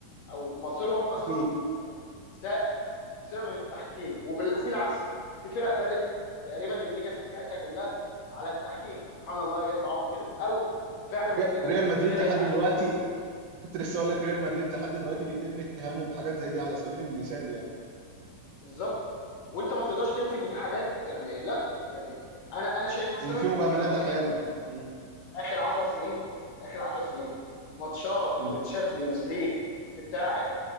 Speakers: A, on the left (about 65°); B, on the right (about 75°).
A: او مصيرهم اصلا
B: اكيد
A: يعني ساء بسبب التحكيم وفي, ال- وفي العكس في فرق بنت تقريبا الليجاسي بتاعتها كلها على التحكيم سبحان الله جت معاهم كده او فعلا ممكن
B: ري-
A: الناس
B: ريال
A: تكون
B: مدريد
A: شاريه
B: لحد
A: تحكيم
B: دلوقتي كنت لسه اقول لك ريال مدريد لحد دلوقتي بيتم اتهامه بحاجات زي دي على سبيل المثال يعني
A: بالظبط وانت ما تقدرش تنفي ان في حاجات يعني لا يعني انا انا شايف مثلا
B: ان في مجاملات
A: ان
B: احيانا مم.
A: اخر 10 سنين اخر 10 سنين ماتشات
B: مم.
A: التشامبيونز ليج بتاعه